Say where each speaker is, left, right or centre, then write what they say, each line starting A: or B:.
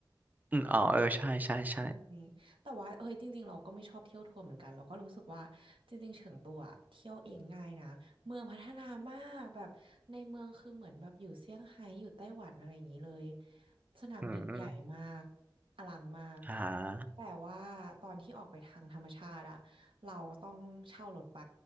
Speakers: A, on the right; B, on the right.
A: อืมอ๋อเออใช่ใช่ใช่
B: ใช่แต่ว่าเฮ้ยจริงๆเราก็ไม่ชอบเที่ยวทัวร์เหมือนกันเราก็รู้สึกว่าจริงๆเฉิงตัวอะเที่ยวเองง่ายนะเมืองพัฒนามากแบบในเมืองคือเหมือนแบบอยู่เซี่ยงไฮ้อยู่ไต้หวันอะไรอย่างนี้เลยสนามบินใหญ่มาก
A: อืม
B: อลังมาก
A: อ่า
B: แต่ว่าตอนที่ออกไปทางธรรมชาติอะเราต้องเช่ารถไป